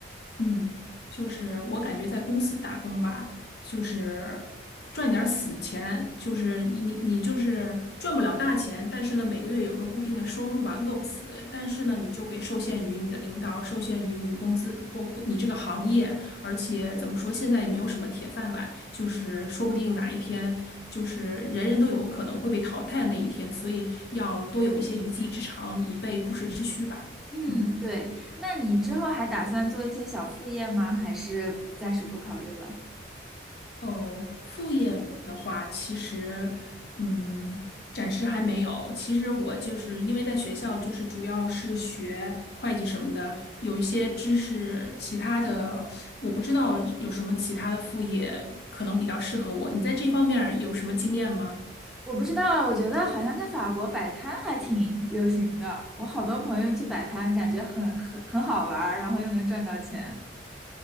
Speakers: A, on the left; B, in the centre.
A: 嗯，就是我感觉在公司打工吧，就是赚点儿死钱，就是你你就是赚不了大钱，但是呢每个月有个固定的收入吧，饿不死。但是呢，你就给受限于你的领导，受限于你工资工工你这个行业，而且怎么说，现在也没有什么铁饭碗，就是说不定哪一天就是人人都有可能会被淘汰的那一天，所以要多有一些一技之长，以备不时之需吧。
B: 嗯，
A: 嗯。
B: 对。那你之后还打算做一些小副业吗？还是暂时不考虑了？
A: 哦，副业的话，其实，嗯，暂时还没有。其实我就是因为在学校，就是主要是学会计什么的，有一些知识，其他的我不知道有什么其他的副业可能比较适合我。你在这方面儿有什么经验吗？
B: 我不知道啊，我觉得好像在法国摆摊还挺流行的。我好多朋友去摆摊，感觉很很很好玩儿然后又能赚到钱。